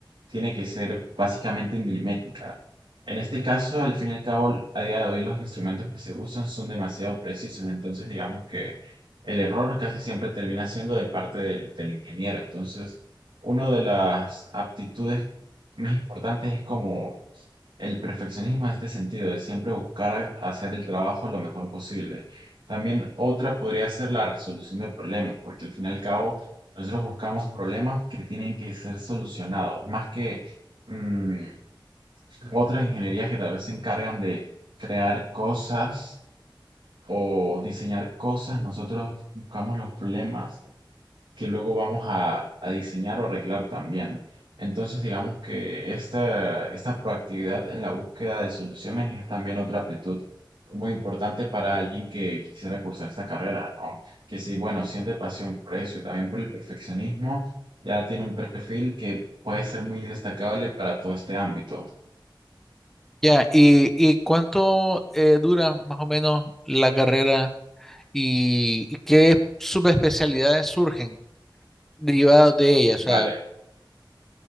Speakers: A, on the right (about 65°); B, in the centre.
A: tiene que ser básicamente milimétrica. En este caso, al fin y al cabo, a día de hoy los instrumentos que se usan son demasiado precisos, entonces digamos que el error casi siempre termina siendo de parte del, del ingeniero. Entonces, una de las aptitudes más importantes es como el perfeccionismo en este sentido de siempre buscar hacer el trabajo lo mejor posible. También otra podría ser la resolución de problemas, porque al fin y al cabo nosotros buscamos problemas que tienen que ser solucionados, más que mm, otras ingenierías que tal vez se encargan de crear cosas o diseñar cosas, nosotros buscamos los problemas que luego vamos a, a diseñar o arreglar también. Entonces, digamos que esta, esta proactividad en la búsqueda de soluciones es también otra aptitud muy importante para alguien que quisiera cursar esta carrera, ¿no? Que si, bueno, siente pasión por eso y también por el perfeccionismo, ya tiene un perfil que puede ser muy destacable para todo este ámbito.
B: Ya, y, y cuánto eh, dura más o menos la carrera y, y qué subespecialidades surgen derivadas de ella? O sea,
A: Vale.